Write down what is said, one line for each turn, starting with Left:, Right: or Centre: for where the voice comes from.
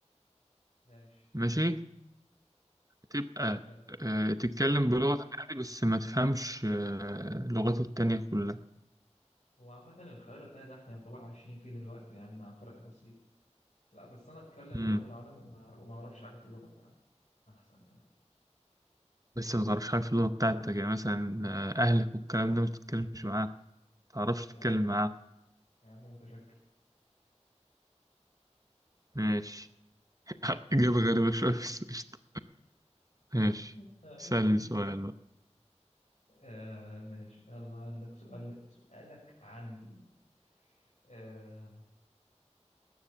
Left: ماشي
Right: ماشي تبقى
Left: حلو
Right: آه، تتكلم بلغة عادي بس ما تفهمش آه، اللغات التانية كلها
Left: هو عامة الخيار التاني ده احنا يعتبر عايشين فيه دلوقتي يعني مع فرق بسيط لا بس أنا أتكلم
Right: مم.
Left: لغات العالم وما وما أعرفش حاجة في اللغة بتاعتي أحسن يعني
Right: لسه ما تعرفش حاجة في اللغة بتاعتك يعني مثلا آه، أهلك والكلام ده مش تتكلمش معاه ما تعرفش
Left: لا مش
Right: تتكلم
Left: عايز
Right: معاه
Left: يا عم متشكر
Right: ماشي <laughs> إجابة غريبة شوية بس قشطة ماشي
Left: <laughs>
Right: سألني سؤال بقى
Left: آه ماشي يلا عندك سؤال سؤالك عندي آه